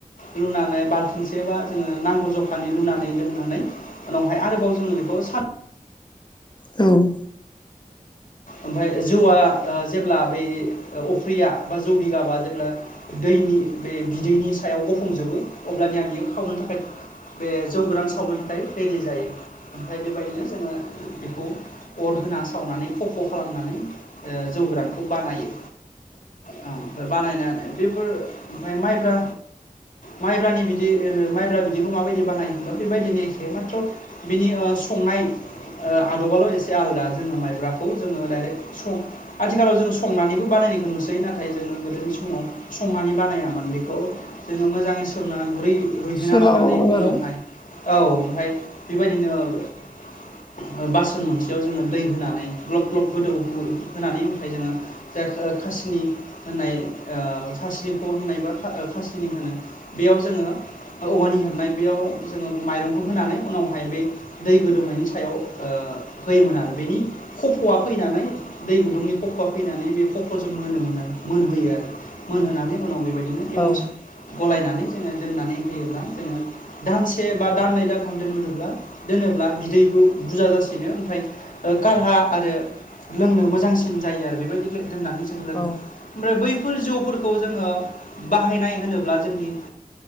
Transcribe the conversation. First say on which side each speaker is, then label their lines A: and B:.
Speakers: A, on the left (about 60°); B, on the left (about 30°).
A: लुनानै बाल्थिंसे बा जोङो नांगौ जखानि लुनानै लोंनानै उनावहाय आरोबाव जोङो बेखौ स
B: औ
A: ओमफ्राय जौआ जेब्ला बै अफ्रिया बा जौ बिगाबा जेब्ला दैनि बे बिदैनि सायाव गफंजोबो अब्लानि आं बियो खावनो थाखाय बे जौ गोरान सावनो थाखाय रेडि जायो ओमफ्राय बेबायदिनो जोङो बेखौ अर होना सावनानै खफ' खालामनानै जौ गोरानखौ बानायो औ बानायना बेफोर ओमफ्राय माइब्रा माइब्रानि बिदि माइब्रा बिदिबो माबायदि बानायो होनब्ला बेबायदिनो एखे माथ्र' बिनि संनाय आदबाल' एसे आलादा जोङो माइब्राखौ जोङो डाइरेक्ट सं आथिखालाव जों संनानैबो बानायनायखौ नुसै नाथाय जोङो गोदोनि समाव संनानै बानायामोन बेखौ जोङो मोजाङै सोमना गुरै रुयहोना
B: सोलाबोमोन
A: लानानै उनावहाय
B: आरो
A: औ ओमफाय बिबायदिनो ओ बासोन मोनसेयाव जोङो दै होनानै ग्लब ग्लब गोदौ हो होनानै ओमफ्राय जोङो जाय खो खासिनि होननाय ओ खासि ख' होननाय बा ओ खा खासिनि होनो बेयाव जोङो औवानि हेबनाय बेयाव जोङो माइरंखौ होनानै उनावहाय बै दै गोदौनायनि सायाव ओ होयोमोन आरो बेनि खफ'आ फैनानै दै गुदुंनि खफ'आ फैनानै बे खफ' जों मोनोमोन आरो मोनहोयो आरो मोनहोनानै उनाव बेबायदि बिदिनो एमस
B: औ
A: गलायनानै जोङो लोमनानै होयोब्ला जोङो दानसे बा दाननै दानथाम दोनोब्ला बिदैबो बुरजा जासिनो ओमफ्राय कारहा आरो लोंनो मोजांसिन जायो आरो बेबायदि दोननानै जों लोङो
B: औ
A: ओमफ्राय बैफोर जौफोरखौ जोङो बाहायनाय होनोब्ला जोंनि